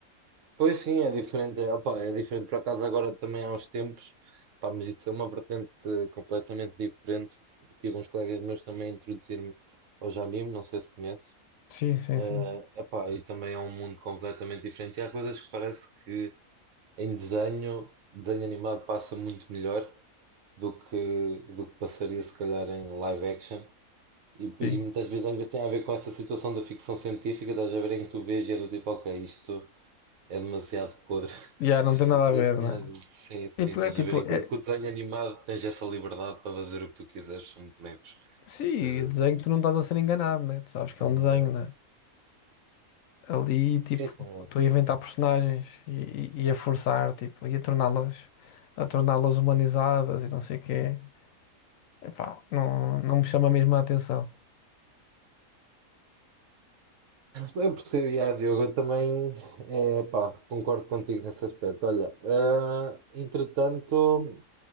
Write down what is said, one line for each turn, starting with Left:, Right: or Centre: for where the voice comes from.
Right: Pois sim, é diferente. é, Opa, é diferente por acaso agora também há uns tempos. Pá, mas isso é uma vertente eh, completamente diferente. Tive uns colegas meus também a introduzir-me ao anime, não sei se conheces.
Left: Sim, sim,
Right: Eh,
Left: sim.
Right: epá, e também é um mundo completamente diferente. E há coisas que parece que em desenho, desenho animado passa muito melhor do que, do que passaria se calhar em live action. E, e
Left: Sim.
Right: muitas vezes, às vezes tem a ver com essa situação da ficção científica, estás a ver em que tu vês e é do tipo, ok, isto é demasiado podre
Left: Já não tem nada
Right: Parece
Left: a ver,
Right: uma...
Left: né?
Right: Sim, sim,
Left: Tipo,
Right: estás
Left: é tipo,
Right: a ver? Enquanto
Left: é,
Right: que o desenho animado tens essa liberdade para fazer o que tu quiseres, são bonecos.
Left: sim,
Right: Estás a
Left: desenho tu não estás a ser enganado, né? Tu sabes que
Right: ver?
Left: é um desenho,
Right: É.
Left: né? ali, tipo,
Right: Sim, sim.
Left: estou a inventar personagens e, e- e a forçar, tipo, e a torná-las a torná-las humanizadas e não sei o quê. Epá, não, não me chama mesmo a atenção.
Right: Eu percebo, yeah, Diogo, eu também é, pá, concordo contigo nesse aspecto. Olha, ah, entretanto,